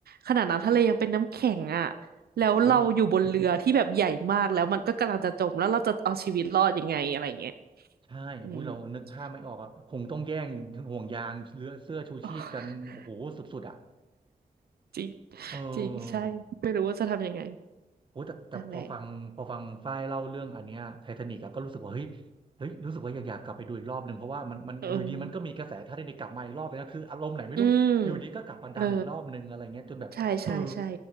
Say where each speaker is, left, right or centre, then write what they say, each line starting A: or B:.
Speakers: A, on the right; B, on the right.
A: ขนาดน้ำทะเลยังเป็นน้ำแข็งอ่ะ
B: โอ้ย
A: แล้วเราอยู่บนเรือที่แบบใหญ่มากแล้วมันก็กำลังจะจมแล้วเราจะเอาชีวิตรอดยังไงอะไรเงี้ย
B: ใช่อุ้ยเรานึกภาพไม่ออกอ่ะคงต้องแย่งห่วงยางเรือเสื้อชูชีพกันโอ้โหสุดๆอ่ะ
A: อืม <laughs> โอ้จริง
B: เอ
A: จริงใช่
B: อ
A: ไม่รู้ว่าจะทำยังไง
B: โอ้แต่แต่พอฟังพอฟังฝ้ายเล่าเรื่องอันเนี้ยไททานิกอะก็รู้สึกว่าเฮ้ย
A: นั่นแหละ
B: เฮ้ยรู้สึกว่าอยากอยากกลับไปดูอีกรอบหนึ่งเพราะว่ามันมันอยู่ดีมันก็มีกระแสไททานิกกลับมาอีกรอบเลยนะคืออารมณ์ไหนไม่รู้อยู่ดีก็กลับมาดังอีกรอบหนึ่งอะไรเงี้ยจนแบบเออ
A: เอออืมเออใช่ใช่ใช่